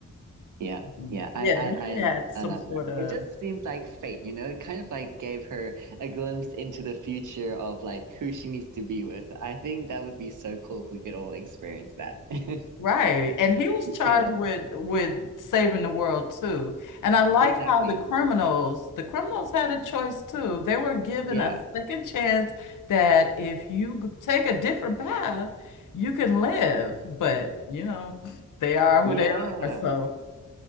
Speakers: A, on the right; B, on the left.
A: yeah,
B: Mm,
A: yeah. I,
B: Yeah,
A: I,
B: he
A: I
B: had
A: love,
B: some
A: I love
B: sort
A: that.
B: of.
A: It just seemed like fate, you know. It kind of like gave her a glimpse into the future of like who she needs to be with. I think that would be so cool if we could all experience that. <laughs>
B: Right. And he was charged
A: Yeah,
B: with with saving the world too. And I like
A: exactly.
B: how the criminals, the criminals had a choice too. They were given
A: Yeah,
B: a second chance that if you g- take a different path, you can live. But, you know, they are who
A: yeah.
B: they are. So,